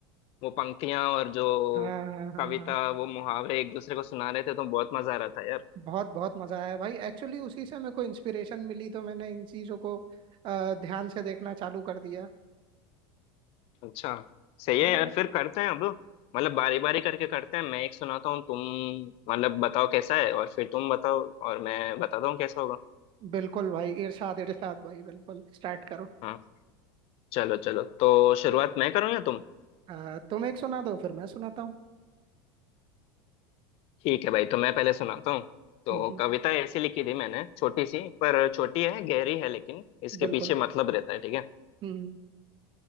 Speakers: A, on the left (about 50°); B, on the right (about 40°).
A: वो पंक्तियां और जो
B: हाँ हाँ हाँ
A: कविता
B: हाँ
A: वो मुहावरे एक दूसरे को सुना रहे थे तो बहुत मजा आ रहा था यार
B: बहुत बहुत मजा आया भाई एक्चुअली उसी से मेरे को इंस्पिरेशन मिली तो मैंने इन चीजों को अ, ध्यान से देखना चालू कर दिया
A: अच्छा सही
B: हाँ
A: है यार
B: यार
A: फिर करते हैं अब मतलब बारी बारी करके करते हैं मैं एक सुनाता हूँ तुम मतलब बताओ कैसा है और फिर तुम बताओ और मैं बताता हूँ कैसा होगा
B: बिल्कुल भाई इरशाद इरशाद भाई बिल्कुल स्टार्ट करो
A: हाँ चलो चलो तो शुरुआत मैं करूँ या तुम
B: अ, तुम एक सुना दो फिर मैं सुनाता हूँ
A: ठीक है भाई तो मैं पहले सुनाता हूँ तो
B: <laughs> हम्म, हम्म,
A: कविता ऐसी लिखी थी मैंने छोटी सी पर छोटी है गहरी है लेकिन इसके
B: बिल्कुल
A: पीछे मतलब रहता है ठीक है
B: हम्म